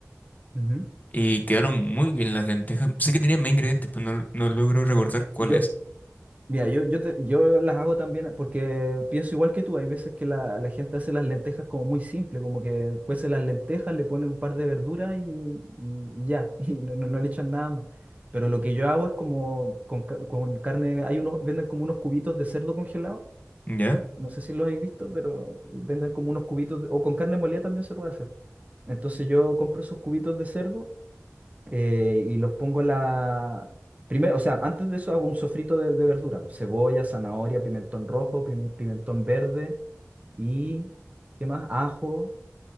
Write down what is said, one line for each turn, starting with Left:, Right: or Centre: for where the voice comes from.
Right: Ujú.
Left: Y quedaron muy bien las lentejas. Sé que tenía más ingredientes, pero no, no logro recordar cuáles.
Right: Yo, Mira, yo, yo, te- yo las hago también porque pienso igual que tú. Hay veces que la, la gente hace las lentejas como muy simple, como que cuece las lentejas, le pone un par de verduras y, y- y ya, <laughs> y no, no- no le echan nada más. Pero lo que yo hago es como con, ca- con carne, hay unos, venden como unos cubitos de cerdo congelado,
Left: ¿Ya?
Right: no sé si los habéis visto, pero venden como unos cubitos, de- o con carne molida también se puede hacer. Entonces yo compro esos cubitos de cerdo eh, y los pongo en la... Primero, o sea, antes de eso hago un sofrito de, de verdura, pues, cebolla, zanahoria, pimentón rojo, pime- pimentón verde y, ¿qué más? Ajo